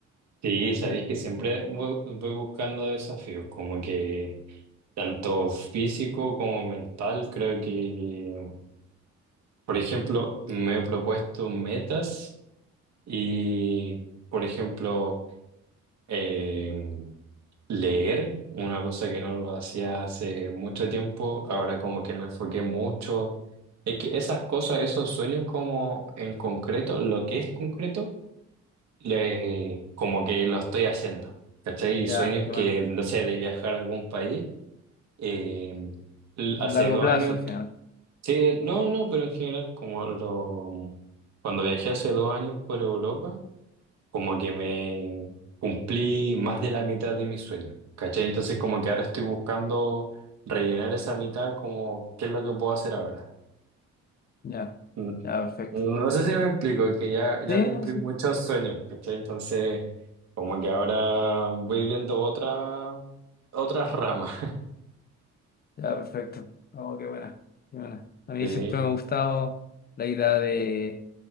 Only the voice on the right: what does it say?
Sí, sabéis
que siempre voy, voy buscando desafíos, como que tanto físico como mental. Creo que, por ejemplo, me he propuesto metas y, por ejemplo, em, Leer, una cosa que no lo hacía hace mucho tiempo, ahora como que me enfoqué mucho. Es que esas cosas, esos sueños como en concreto, lo que es concreto, le- como que lo estoy haciendo. ¿Cachai? Y sueños
que,
no sé, de viajar a algún país. eh, l-
hace
dos
años,
sí, no, no, no, pero en general, como lo, cuando viajé hace dos años por Europa como que me cumplí más de la mitad de mis sueños, ¿cachai? Entonces como que ahora estoy buscando rellenar esa mitad, como qué es lo que puedo hacer ahora.
Mm,
No sé si me explico, que ya, ya
cumplí
muchos sueños, ¿cachai? Entonces como que ahora voy viendo otra, otras ramas.
Sí.